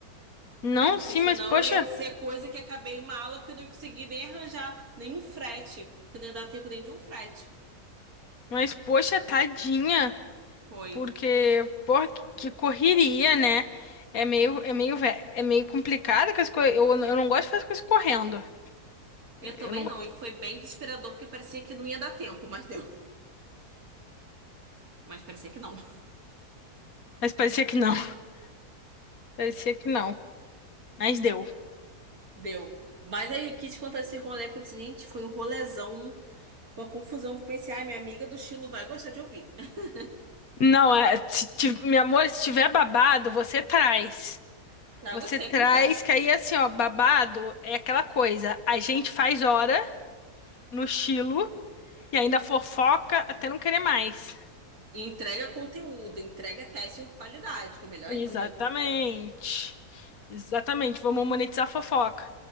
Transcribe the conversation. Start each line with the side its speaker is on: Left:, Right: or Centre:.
Left: Não,
Right: Porque
Left: sim,
Right: senão
Left: mas poxa,
Right: ia ser coisa que acabei uma aula porque eu não ia conseguir nem arranjar nenhum frete. Que não ia dar tempo nem de um frete.
Left: mas poxa, tadinha.
Right: Foi.
Left: Porque, porra, que, que correria, né? É meio, é meio, vé- é meio complicado com as coisas. Eu, eu não gosto de fazer as coisas correndo. Eu
Right: Eu também
Left: não
Right: não.
Left: gosto.
Right: E foi bem desesperador porque parecia que não ia dar tempo, mas deu. Mas parecia que não. <laughs>
Left: Mas parecia que não. Parecia que não. Mas deu.
Right: Deu. Mas aí quis contar esse rolê porque eu pensei, gente, foi um rolezão, uma confusão. Eu Pensei, ai, minha amiga do estilo vai gostar de ouvir. <laughs>
Left: Não, é, se, ti- meu amor, se tiver babado, você traz.
Right: Trago
Left: Você
Right: sempre
Left: traz,
Right: então.
Left: que aí assim, ó, babado é aquela coisa. A gente faz hora no estilo e ainda fofoca até não querer mais.
Right: E Entrega conteúdo, entrega teste com qualidade, que é melhor
Left: Exatamente.
Right: ainda.
Left: Exatamente. Vamos monetizar a fofoca.